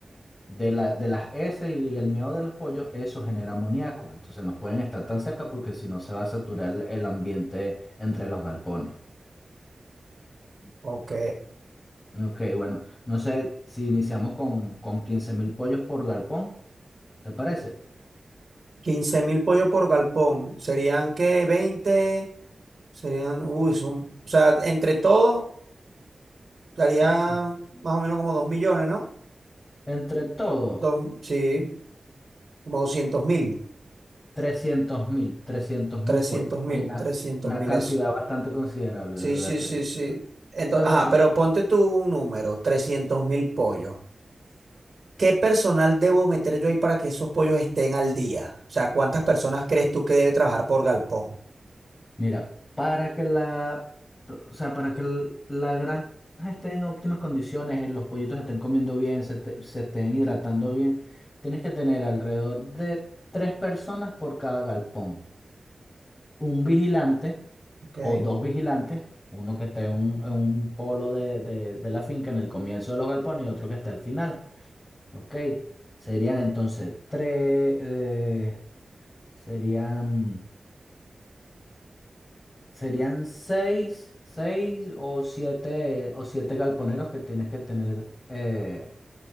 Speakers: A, on the left (about 35°); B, on the right (about 55°).
A: de la, de las heces y el miedo de los pollos, eso genera amoníaco. Entonces no pueden estar tan cerca porque si no se va a saturar el ambiente entre los galpones.
B: ok,
A: Ok, bueno, no sé si iniciamos con, con quince mil pollos por galpón, ¿te parece?
B: 15 mil pollos por galpón, serían que 20, serían, uy, son, o sea, entre todos daría
A: Ent-
B: más o menos como 2 millones, ¿no?
A: entre todo,
B: Dos, sí, como 200 mil,
A: trescientos mil, trescientos
B: 300
A: mil pollos,
B: mil,
A: una,
B: 300
A: una
B: mil,
A: cantidad bastante considerable,
B: Sí,
A: de verdad
B: sí,
A: que
B: sí,
A: sí.
B: sí. Entonces,
A: Pero
B: ajá,
A: sí,
B: pero ponte tú un número, 300 mil pollos. ¿Qué personal debo meter yo ahí para que esos pollos estén al día? O sea, ¿cuántas personas crees tú que debe trabajar por galpón?
A: Mira, para que la, o sea, para que el- la granja esté en óptimas condiciones, eh, los pollitos estén comiendo bien, se, te- se estén hidratando bien, tienes que tener alrededor de tres personas por cada galpón. Un vigilante
B: Ok,
A: o dos vigilantes, uno que esté en un, en un polo de, de de la finca en el comienzo de los galpones y otro que esté al final. ¿Ok? Serían entonces tres, eh, serían... Serían seis, seis o siete, o siete galponeros que tienes que tener eh,